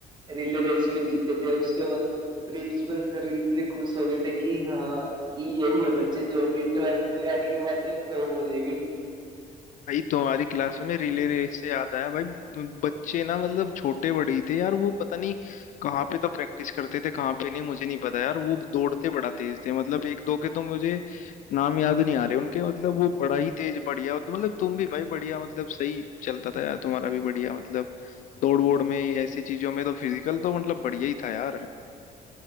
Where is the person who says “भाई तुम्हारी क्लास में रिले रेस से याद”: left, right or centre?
Left